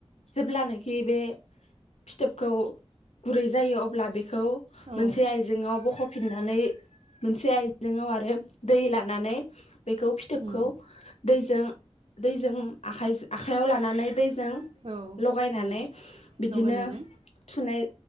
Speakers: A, on the left (about 75°); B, on the right (about 60°).
A: जेब्लानाखि बे फिथोबखौ गुरै जायो अब्ला बे खौ
B: औ
A: मोनसे आइजेआव बख फिननानै मोनसे आइजेंआव आरो दै लानानै। बेखौ फिथोबखौ
B: उम
A: दैजों दैजों आखाइआव लानानै दै जों
B: औ
A: लगायनानै
B: उम
A: बिदिनो
B: लगायनानै
A: थुनाय